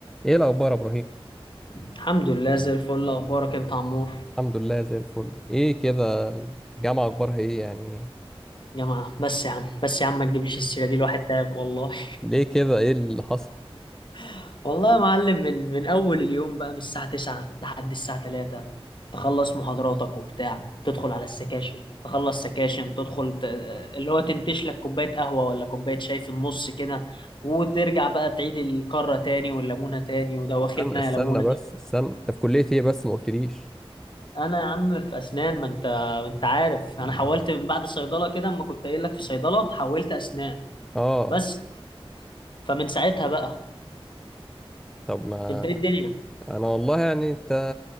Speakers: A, in the centre; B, on the left.
A: ايه الاخبار يا ابراهيم
B: الحمد لله زي الفل اخبارك انت يا عمور
A: الحمد لله زي الفل ايه كده الجامعه اخبارها ايه يعني
B: جماعه بس يا عم بس يا عم ما تجيبليش السيره دي الواحد تعب والله
A: ليه كده ايه اللي حصل
B: <laughs> والله يا معلم من من اول اليوم بقى من الساعه 9 لحد الساعه 3 تخلص محاضراتك وبتاع تدخل على السكاشن تخلص سكاشن تدخل ت... اللي هو تنتش لك كوبايه قهوه ولا كوبايه شاي في النص كده وترجع بقى تعيد الكرة تاني والليمونة تاني وده واخدنا
A: استنى استنى
B: يا ليمونة
A: بس استنى انت في كليه ايه بس ما قلتليش
B: انا يا عم في اسنان ما انت ما انت عارف انا حولت من بعد صيدله كده اما كنت قايل لك في صيدله حولت اسنان
A: اه
B: بس فمن ساعتها بقى
A: طب ما
B: انت ايه الدنيا
A: انا والله يعني انت